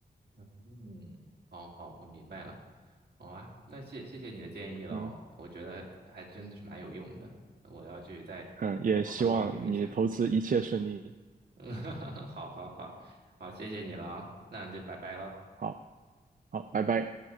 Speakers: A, on the right (about 80°); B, on the right (about 55°).
A: 嗯，好好，我明白了。好啊，那谢谢谢你的建议喽，
B: 嗯。
A: 我觉得还真是蛮有用的，我要去再好好好研究一下。
B: 嗯，也希望你投资一切顺利。
A: <laughs> 嗯，好好好，好，谢谢你了啊，那就拜拜喽。
B: 好，好，拜拜。